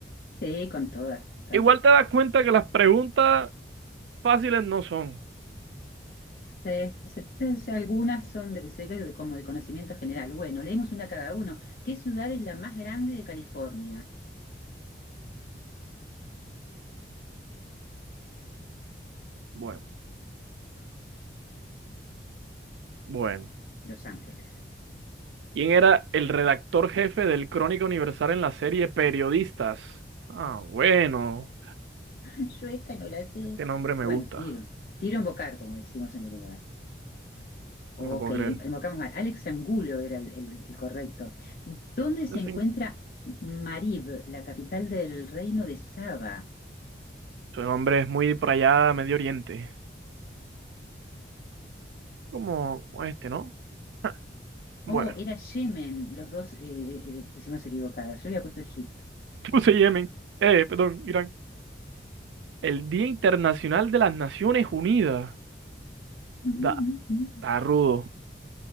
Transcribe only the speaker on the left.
sí, con todas, total.
Sí, sí, entonces, algunas son de, sé que como de conocimiento general. Bueno, leemos una cada uno. ¿Qué ciudad es la más grande de California?
Los Ángeles.
<laughs> Yo esta no la sé.
Bueno,
tiro. Tiro a embocar, como decimos en Uruguay. Ok,
em-
embocamos mal. Alex Angulo era el, el el correcto. ¿Dónde
se
encuentra Marib, la capital del reino de Saba?
Oh, era Yemen, los dos eh, eh, pusimos equivocadas. Yo había puesto Egipto.
Mm, mm,
mm.